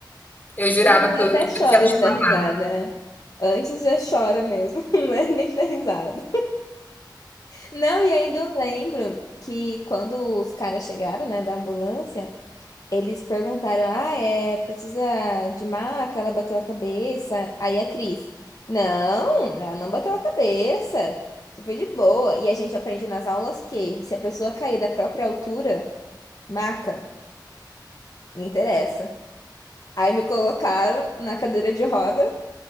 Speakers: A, on the left; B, on the left.
A: Eu jurava
B: Hoje
A: que
B: em até
A: eu, que
B: chora
A: eu tinha te
B: de dar
A: matado.
B: risada, né? Antes já chora mesmo, <laughs> não é nem de dar risada. Não, e ainda eu lembro que quando os caras chegaram, né, da ambulância. Eles perguntaram: Ah, é, precisa de maca? Ela bateu a cabeça. Aí a Cris: Não, ela não bateu a cabeça. Isso foi de boa. E a gente aprende nas aulas que se a pessoa cair da própria altura, maca, não interessa. Aí me colocaram na cadeira de roda